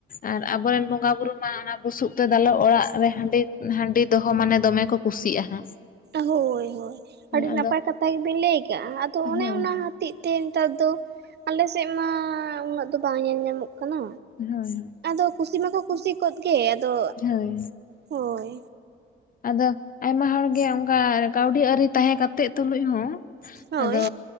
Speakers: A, on the left; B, on the right.
A: ᱟᱨ ᱟᱵᱚᱨᱮᱱ ᱵᱚᱸᱜᱟ ᱵᱩᱨᱩ ᱢᱟ ᱚᱱᱟ ᱵᱩᱥᱩᱵ ᱛᱮ ᱫᱟᱞᱚ ᱚᱲᱟᱜ ᱨᱮ ᱦᱟᱺᱰᱤ ᱦᱟᱺᱰᱤ ᱫᱚᱦᱚ ᱢᱟᱱᱮ ᱫᱚᱢᱮ ᱠᱚ ᱠᱩᱥᱤᱜᱼᱟ ᱦᱟᱸᱜ᱾
B: ᱛᱟ ᱦᱳᱭ ᱦᱳᱭ,
A: ᱦᱮᱸ
B: ᱟᱹᱰᱤ
A: ᱟᱫᱚ
B: ᱱᱟᱯᱟᱭ ᱠᱟᱛᱷᱟ ᱜᱮᱵᱤᱱ ᱞᱟᱹᱭ ᱠᱟᱜᱼᱟ ᱟᱫᱚ ᱚᱱᱮ
A: ᱦᱳᱭ
B: ᱚᱱᱟ
A: ᱦᱳᱭ
B: ᱦᱚ ᱛᱮᱡ ᱛᱮ ᱱᱮᱛᱟᱨ ᱫᱚ ᱟᱞᱮ ᱥᱮᱫ ᱢᱟ ᱩᱱᱟᱹᱜ ᱫᱚ ᱵᱟᱝ ᱧᱮᱞ ᱧᱟᱢᱚᱜ ᱠᱟᱱᱟ᱾
A: ᱦᱳᱭ
B: ᱟᱫᱚ ᱠᱩᱥᱤ ᱢᱟᱠᱚ ᱠᱩᱥᱤ ᱠᱚᱫ ᱜᱮ ᱟᱫᱚ,
A: ᱦᱳᱭ
B: ᱦᱳᱭ᱾
A: ᱟᱫᱚ ᱟᱭᱢᱟ ᱦᱚᱲ ᱜᱮ ᱚᱝᱜᱟ ᱠᱟᱹᱣᱰᱤ ᱟᱹᱨᱤ ᱛᱟᱦᱮᱸ ᱠᱟᱛᱮᱫ ᱛᱩᱞᱩᱡ ᱦᱚᱸ
B: ᱦᱳᱭ
A: ᱟᱫᱚ